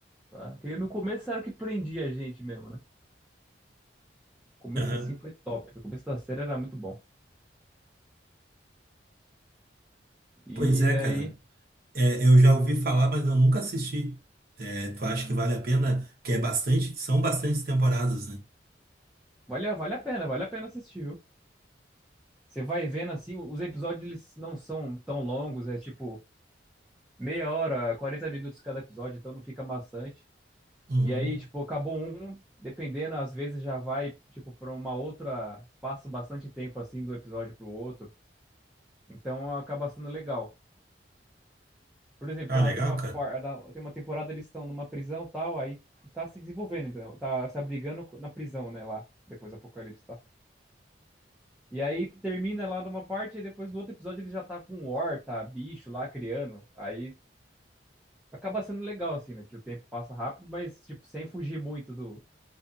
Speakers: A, in the centre; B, on the right (about 55°).
A: tá? Porque no começo era o que prendia a gente mesmo, né? O começo
B: Aham.
A: assim foi top, o começo da série era muito bom. E
B: Pois é,
A: aí,
B: cara. É, eu já ouvi falar, mas eu nunca assisti. É, tu acha que vale a pena? Que é bastante, são bastantes temporadas, né?
A: vale, a- vale a pena, vale a pena assistir, viu? Você vai vendo assim, os episódios eles não são tão longos, é tipo meia hora, 40 minutos cada episódio, então não fica maçante.
B: Uhum.
A: E aí, tipo, acabou um, dependendo, às vezes já vai, tipo, pra uma outra, passa bastante tempo assim do episódio pro outro. Então acaba sendo legal. Por exemplo,
B: Ah,
A: tem
B: legal,
A: uma, tem uma,
B: cara.
A: par- na- tem uma temporada eles estão numa prisão e tal, aí tá se desenvolvendo, entendeu? Tá se abrigando na prisão, né, lá, depois do apocalipse, tá? E aí termina lá numa parte e depois no outro episódio ele já tá com horta, bicho lá criando. Aí acaba sendo legal, assim, né? Que o tempo passa rápido, mas, tipo, sem fugir muito do,